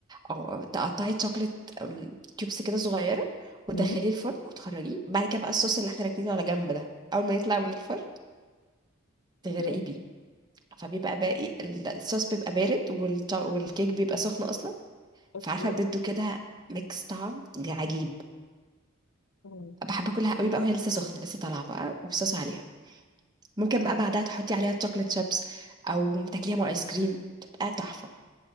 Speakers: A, on the right; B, on the left.
A: أو تقطعي شوكليت أم، تيوبس كده صغيرة وتدخليه
B: أمم.
A: الفرن وتخرجيه بعد كده بقى الصوص اللي احنا راكنينه على جنب ده أول ما يطلع من الفرن تغرقيه
B: أيوه.
A: بيه فبيبقى باقي الصوص بيبقى بارد والت- والكيك بيبقى سخن أصلا
B: اوكي
A: فعارفة بده كده ميكس طعم عجيب
B: آه.
A: بحب أكلها قوي بقى وهي لسه سخنة لسه طالعة بقى والصوص عليها ممكن بقى بعدها تحطي عليها شوكليت شيبس أو تاكليها مع آيس كريم تبقى تحفة